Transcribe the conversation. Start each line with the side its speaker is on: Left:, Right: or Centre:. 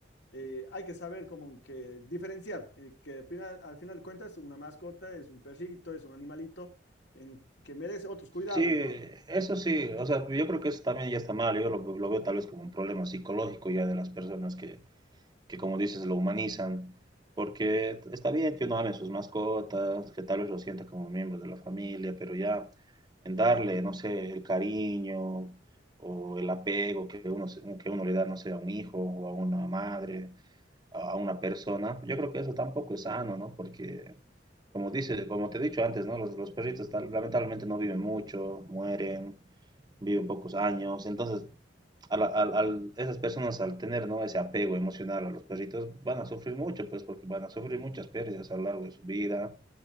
Left: eh, hay que saber como que diferenciar, eh, que al final, al final de cuentas una mascota es un perrito, es un animalito en, que merece otros cuidados,
Right: Sí,
Left: ¿no?
Right: eso sí, o sea, yo creo que eso también ya está mal, yo lo, lo veo tal vez como un problema psicológico ya de las personas que que como dices lo humanizan, porque está bien que uno ame a sus mascotas, que tal vez lo sienta como miembro de la familia, pero ya en darle, no sé, el cariño o el apego que uno, se- que uno le da, no sé, a un hijo o a una madre, a una persona, yo creo que eso tampoco es sano, ¿no? Porque, como dice, como te he dicho antes, ¿no? Los, los perritos tal- lamentablemente no viven mucho, mueren, viven pocos años, entonces a, la- al- al- esas personas al tener, ¿no? ese apego emocional a los perritos van a sufrir mucho, pues porque van a sufrir muchas pérdidas a lo largo de su vida.